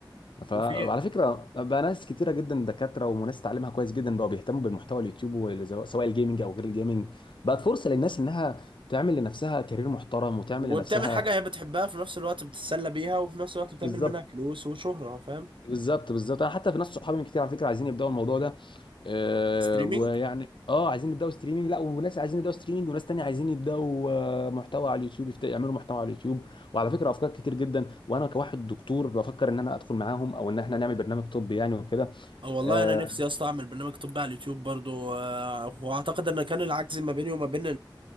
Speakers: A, on the left; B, on the right.
A: ف-
B: وفي
A: وعلى فكره بقى ناس كتيره جدا دكاتره وناس تعليمها كويس جدا بقوا بيهتموا بالمحتوى اليوتيوب والزو- سواء الجيمنج او غير الجيمنج بقت فرصه للناس انها تعمل لنفسها كارير محترم وتعمل
B: وبتعمل
A: لنفسها
B: حاجه هي بتحبها في نفس الوقت بتتسلى بيها وفي نفس الوقت بتعمل
A: بالظبط
B: منها فلوس وشهره فاهم
A: بالظبط بالظبط انا حتى في ناس صحابي من كتير على فكره عايزين يبداوا الموضوع ده أه
B: ستريمينج
A: ويعني اه عايزين يبداوا ستريمنج لا وناس عايزين يبداوا ستريمنج وناس تانية عايزين يبداوا آه، محتوى على اليوتيوب يفت- يعملوا محتوى على اليوتيوب وعلى فكره افكار كتير جدا وانا كواحد دكتور بفكر ان انا ادخل معاهم او ان احنا نعمل برنامج طبي يعني وكده
B: اه والله
A: آه،
B: انا نفسي يا اسطى اعمل برنامج طبي على اليوتيوب برضو آه، واعتقد ان كان العجز ما بيني وما بين